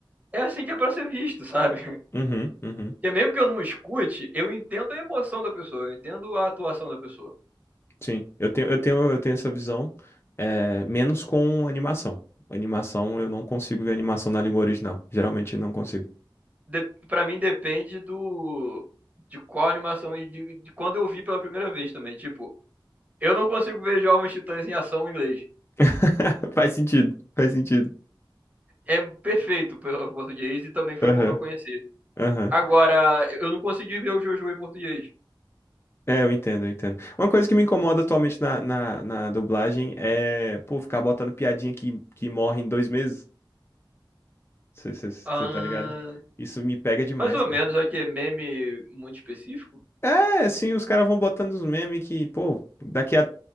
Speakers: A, on the right; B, on the left.
A: é assim que é pra ser visto, sabe?
B: Uhum, uhum.
A: <laughs> Porque mesmo que eu não escute, eu entendo a emoção da pessoa, eu entendo a atuação da pessoa.
B: Sim, eu tenho, eu tenho, eu tenho essa visão, é, menos com animação. Animação, eu não consigo ver animação na língua original. Geralmente não consigo.
A: De, pra mim depende do. De qual animação e de, de quando eu vi pela primeira vez também. Tipo, eu não consigo ver Jovens Titãs em ação em inglês.
B: <laughs> Faz sentido, faz sentido.
A: É perfeito o português e também foi
B: Aham,
A: como eu conheci.
B: aham.
A: Agora, eu não consegui ver o Jojo em português.
B: É, eu entendo, eu entendo. Uma coisa que me incomoda atualmente na, na, na dublagem é, pô, ficar botando piadinha que, que morre em dois meses. Você
A: Ah,
B: tá ligado? Isso me pega demais,
A: mais ou
B: cara.
A: menos, é que é meme muito específico.
B: É, sim, os caras vão botando uns memes que, pô, daqui a